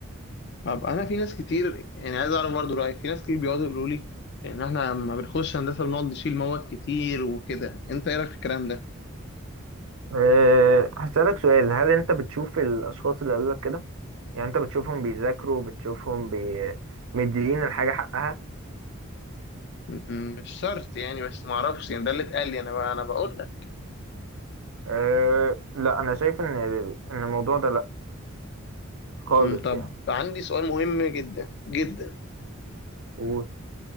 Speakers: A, on the left; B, on the right.
A: طب انا في ناس كتير يعني عايز اعرف برضو رايك في ناس كتير بيقعدوا يقولوا لي ان احنا لما بنخش هندسه بنقعد نشيل مواد كتير وكده انت ايه رايك في الكلام ده
B: أه هسألك سؤال هل انت بتشوف الاشخاص اللي قبلك كده يعني انت بتشوفهم بيذاكروا بتشوفهم بي... مديين الحاجة حقها
A: م- مش شرط يعني بس ما اعرفش يعني ده اللي اتقال لي انا بقى انا بقول لك
B: أه لا انا شايف ان ان الموضوع ده لا خالص
A: م، طب
B: يعني
A: عندي سؤال مهم جدا جدا
B: و-